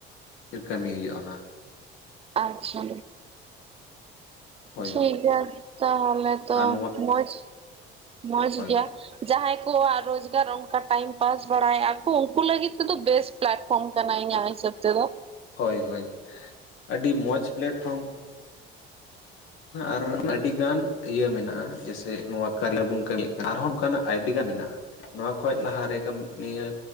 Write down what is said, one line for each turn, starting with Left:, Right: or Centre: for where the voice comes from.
Left: <unintelligible> ᱠᱟᱹᱢᱤ ᱦᱩᱭᱩᱜᱼᱟ ᱚᱱᱟ᱾
Right: ᱟᱪᱪᱷᱟ,
Left: ᱦᱳᱭ
Right: ᱴᱷᱤᱠ ᱜᱮᱭᱟ
Left: ᱦᱳᱭ
Right: ᱛᱟᱦᱞᱮ ᱛᱚ
Left: ᱟᱨ ᱱᱚᱣᱟ
Right: ᱢᱚᱸᱡᱽ, ᱢᱚᱸᱡᱽ
Left: ᱦᱳᱭ
Right: ᱜᱮᱭᱟ᱾ ᱡᱟᱸᱦᱟᱭ ᱠᱚᱣᱟᱜ ᱨᱚᱡᱽᱜᱟᱨ ᱚᱱᱠᱟ ᱴᱟᱭᱤᱢ ᱯᱟᱥ ᱵᱟᱲᱟᱭᱮᱜᱼᱟ ᱠᱚ ᱩᱱᱠᱩ ᱞᱟᱹᱜᱤᱫ ᱛᱮ ᱫᱚ ᱵᱮᱥ ᱯᱞᱟᱴᱯᱷᱚᱢ ᱠᱟᱱᱟ ᱤᱧᱟᱹᱜ ᱦᱤᱸᱥᱟᱹᱵᱽ ᱛᱮ ᱫᱚ᱾
Left: ᱦᱳᱭ ᱦᱳᱭ, ᱟᱹᱰᱤ ᱢᱚᱸᱡᱽ ᱯᱞᱮᱴᱯᱷᱚᱢ ᱟᱨ ᱟᱹᱰᱤ ᱜᱟᱱ ᱤᱭᱟᱹ ᱢᱮᱱᱟᱜᱼᱟ ᱡᱮᱥᱮ ᱱᱚᱣᱟ ᱠᱟᱨᱭᱟ ᱵᱚᱱ ᱠᱟᱹᱢᱤᱭᱮᱫ ᱠᱟᱱᱟ ᱟᱨᱦᱚᱸ ᱚᱱᱠᱟ ᱱᱟᱜ <unintelligible> ᱢᱮᱱᱟᱜᱼᱟ ᱱᱚᱣᱟ ᱠᱷᱚᱡ ᱞᱟᱦᱟ ᱨᱮ ᱱᱤᱭᱟᱹ